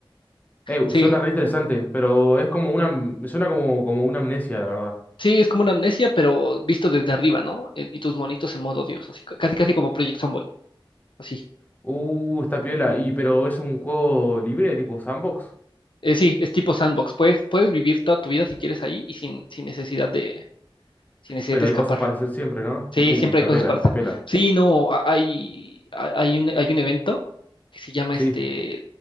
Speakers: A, on the left; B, on the left.
A: Eh,
B: Sí,
A: suena re interesante, pero es como una, me suena como, como una amnesia, la verdad.
B: sí, es como una amnesia, pero visto desde arriba, ¿no? Eh, Y tus monitos en modo Dios, así ca- casi casi como Project Zomboid, así.
A: Uh, está piola. Y pero es un juego libre, tipo sandbox.
B: Eh, sí, es tipo sandbox. Puedes, puedes vivir toda tu vida si quieres ahí y sin, sin necesidad de, sin necesidad
A: Pero
B: de
A: hay
B: escapar.
A: cosas para hacer siempre, ¿no?
B: Sí,
A: Tipo,
B: siempre
A: uh, está
B: hay cosas
A: piola,
B: para
A: está
B: hacer.
A: piola.
B: Sí, no, ha- hay, ha- hay un, hay un evento que se llama
A: Sí.
B: este